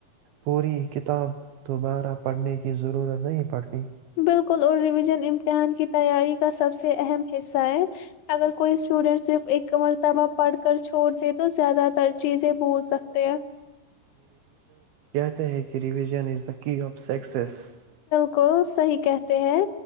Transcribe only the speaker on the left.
بالکل اور ریویژن امتحان کی تیاری کا سب سب سے اہم حصہ ہے اگر کوئی اسٹوڈینٹ صرف ایک مرتبہ پڑھ کر چھوڑ د تو زیادہ تر چیزیں بھول سکتے ہیں
کو صحیح کہتے ہیں